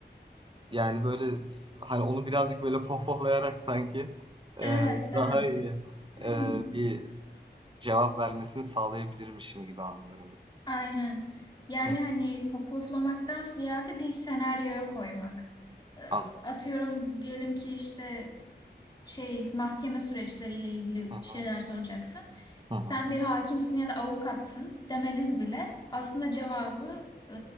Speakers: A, on the right; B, on the left.
A: yani böyle hani onu birazcık böyle pohpohlayarak sanki eee,
B: Evet, evet.
A: daha iyi
B: <clears throat>
A: eee, bir cevap vermesini sağlayabilirmişim gibi anlıyorum.
B: Aynen. Yani
A: Hı hı.
B: hani popoflamaktan ziyade bir senaryoya koymak. Ee,
A: Anladım.
B: Atıyorum diyelim ki işte şey mahkeme süreçleriyle ilgili
A: Hı hı.
B: bir şeyler soracaksın.
A: Hı hı.
B: Sen bir hakimsin ya da avukatsın demeniz bile aslında cevabı e,